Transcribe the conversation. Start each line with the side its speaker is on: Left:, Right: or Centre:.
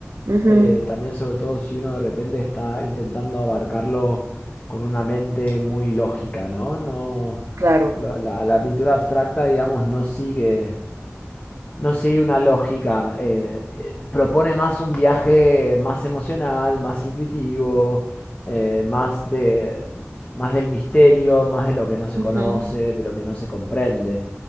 Right: Ujú,
Left: eh, también sobre todo si uno de repente está intentando abarcarlo con una mente muy lógica, ¿no? No,
Right: claro.
Left: la, la- la pintura abstracta, digamos, no sigue no sigue una lógica. eh, t- propone más un viaje más emocional, más intuitivo, eh, más de, más del misterio, más de lo que no se
Right: Ujú,
Left: conoce, de lo que no se comprende.